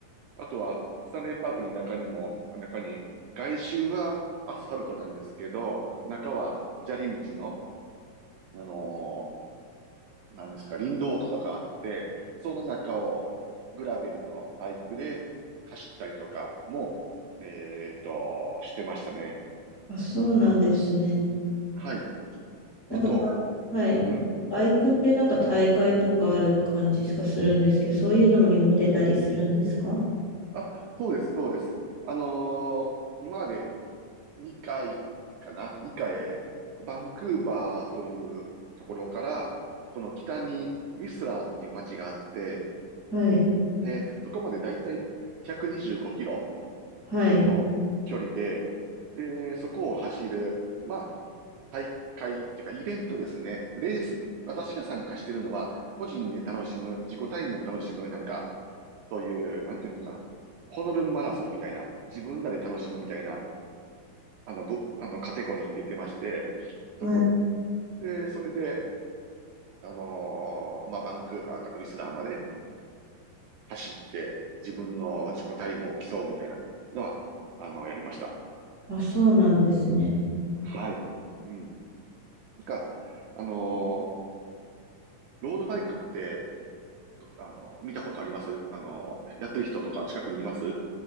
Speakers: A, on the right; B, on the left.
A: あとは、スタンレーパークの中にも、中に、外周はアスファルトなんですけど、中は砂利道の、あのなんですか、林道とかがあって、その中をグラベルのバイクで走ったりとかも、えっと、してましたね。
B: あ、そうなんですね。
A: はい。
B: なんかバ、
A: あと、
B: はい。
A: うん。
B: バイクってなんか大会とかある感じがするんですけど、そういうのにも出たりするんですか
A: あ、そうです、そうです。あのー今まで2回かな ?2 回、バンクーバーというところから、その北にウィスラーっていう街があって、
B: はい、
A: で、そこまでだいたい1 2キロ
B: はい、
A: の距離で、で、そこを走る、まあ、大会っていうかイベントですね。レース、私が参加してるのは、個人で楽しむ、自己タイムを楽しむ、なんか、そういう、なんていうのかな。ホノルルマラソンみたいな、自分らで楽しむみたいな、あの、ぶ、あの、カテゴリーに出てまして、
B: はい。
A: そこで、それで、あのーまあ、バンクーバーからウィスラーまで走って、自分の自己タイムを競うみたいなのは、あの、やりました。
B: あ、そうなんですね。
A: はい。うん。が、あのーロードバイクって、あの、見たことありますあの、やってる人とか近くにいます